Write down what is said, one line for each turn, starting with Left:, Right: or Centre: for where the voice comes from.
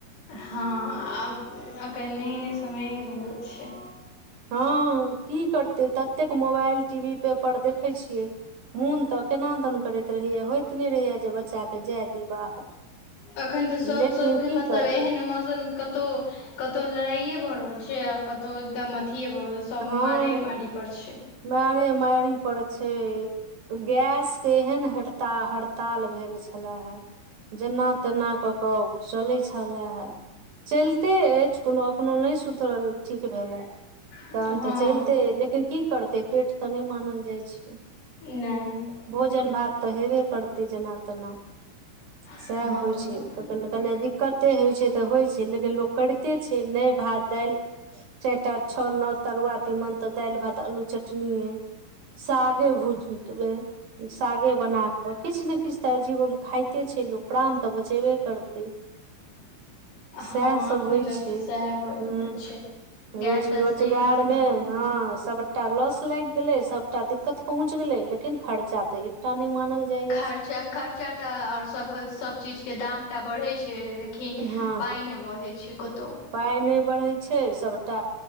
Left: हँ आब अखन एहने समये भ गेल छैय।
Right: हँ की करतै ततेक मोबाइल, टी-वी, पेपर देखय छियै मोन त केना दन करैत रहैया होइत नै रहैया जे बच्चाके जै दी बाहर।
Left: अखैन त सभ
Right: लेकिन
Left: सभके
Right: की
Left: मतलब
Right: करबै
Left: एहेन मौसम कतऊ कतउ लड़ाइए भ रहल छैय आ कतउ एकदम अथिए भ सब
Right: हँ
Left: मारे मारी पर छैय।
Right: मारे मारी पर छैय। गैसके एहेन हड़ताल'हड़ताल भेल छले है। जेना तेना कऽ कऽ चलै छेलए ह। चइलते अइछ कोनो अखनो नै सुतरल ठीक भेल ए।
Left: हँ
Right: तहन त चइलतै अय लेकिन की करतै पेट त नै मानल जाइ छैैय।
Left: नहि
Right: भोजन भात त हेबे करतै जेना तेना। सेह
Left: हँ
Right: होइ छैय क्क- कने दिक्कते होइ छैय त होइ छैय लेकिन लोक करिते छैय नय भात दाइल चाएटा छ नऽ तरुआ तीमन त दाइल भात अल्लू चटनीेऐ। सागे भुउज उठबे सागे बना कऽ किछ ने किछ तऽ जीवोमे खायइते छै लोक प्राण तऽ बचेबे करतै ---- सेह
Left: हँ
Right: सब
Left: एखन
Right: होइ छै,
Left: तऽ सएह भऽ रहल
Right: ह
Left: छै गैस
Right: रोज
Left: तैस
Right: रोजी रोजगारमे
Left: नहि भेटतै तऽ
Right: हँ सब सबटा लॉस लाईग गेलै सबटा दिक्कत पहुंच गेलै लेकिन खर्चा तऽ हे त टा नहि मानल जाइया
Left: खर्चा - खर्चा तऽ आओर सभ सब चीजके दाम टा बड़ेय छै लेकिन लेकिन
Right: हँ
Left: पाइ नै बड़ैह छै कतउ
Right: पाइ नेय बरैहय छै सभटा